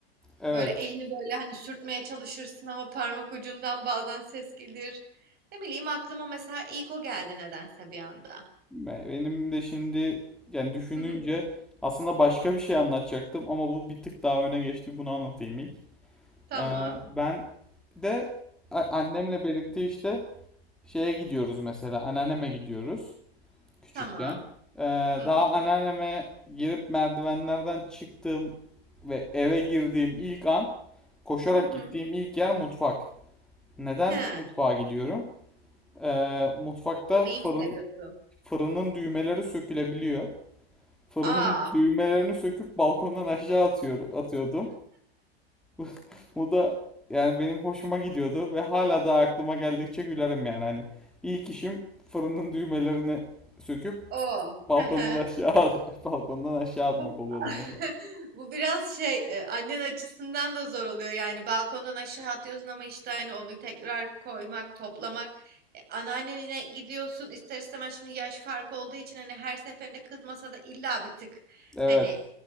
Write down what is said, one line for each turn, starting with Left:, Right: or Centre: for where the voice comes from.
Centre: Evet.
Right: Böyle elini böyle hani sürtmeye çalışırsın ama parmak ucundan bazen ses gelir. Ne bileyim aklıma mesela ilk o geldi nedense bir anda.
Centre: Be- Benim de şimdi yani düşününce
Right: Hı hı.
Centre: aslında başka bir şey anlatacaktım ama bu bir tık daha öne geçti. Bunu anlatayım ilk.
Right: Tamam,
Centre: Ee, ben de a- annemle birlikte işte şeye gidiyoruz mesela. Anneanneme gidiyoruz küçükken.
Right: tamam.
Centre: Ee,
Right: Hı hı.
Centre: daha anneanneme girip merdivenlerden çıktığım ve eve girdiğim ilk an koşarak
Right: Hı hı.
Centre: gittiğim ilk yer mutfak. Neden
Right: He.
Centre: mutfağa gidiyorum? Ee, mutfakta
Right: Yemeği
Centre: fırın
Right: mi seviyorsun?
Centre: fırının düğmeleri sökülebiliyor. Fırının
Right: Aa,
Centre: düğmelerini söküp balkondan aşağı atıyor, atıyordum. <laughs> Bu da yani benim hoşuma gidiyordu ve hala da aklıma geldikçe gülerim yani. Hani ilk işim fırının düğmelerini söküp
Right: o.
Centre: balkondan
Right: Hı hı.
Centre: aşağı <laughs> balkondan aşağı atmak
Right: Bu
Centre: oluyordu
Right: <laughs>
Centre: mesela.
Right: bu biraz şey e, annen açısından da zor oluyor yani balkondan aşağı atıyorsun ama işte hani onu tekrar koymak toplamak E, anneannene gidiyorsun ister istemez şimdi yaş farkı olduğu için hani her seferinde kızmasa da illa bir tık
Centre: Evet.
Right: hani